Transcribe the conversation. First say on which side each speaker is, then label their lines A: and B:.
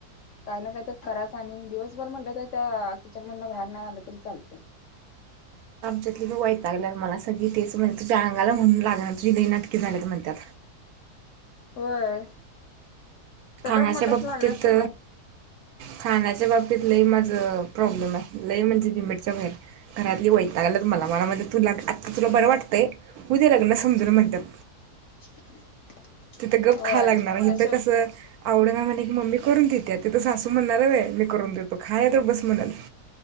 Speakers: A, on the left (about 65°); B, on the right (about 75°).
A: काय ना काही तर कराच आणि दिवसभर म्हटलं तर त्या किचन मधन बाहेर नाही आलं तरी चालतय.
B: आमच्यातली बी वैतागल्यात मला सगळी तेच म्हणतात तुझ्या अंगाला म्हणून लागाना तुझी लई नाटकी झालेत म्हणत्यात.
A: होय चटक
B: खाण्याच्या
A: मटक
B: बाबतीत
A: लागलया सवय.
B: खाण्याच्या बाबतीत लई माझं प्रॉब्लेम ये लई म्हणजे लिमिटच्या बाहेर. घरातली वैतागल्यात मला मला म्हणत्यात तुला आता तुला बरं वाटतंय हुदे लग्न समजल म्हणत्यात.
A: <inaudible>
B: तिथं गप
A: होय
B: खायला लागणार इथ
A: त्याशिवाय
B: कस- आवडंना म्हणल की मम्मी करून देतीया तिथं सासू म्हणणार होय मी करुन देतो खाय गप्प बस म्हणल.